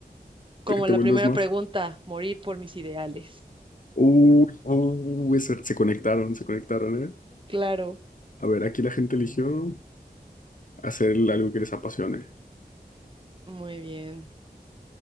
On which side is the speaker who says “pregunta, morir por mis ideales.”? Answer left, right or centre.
Right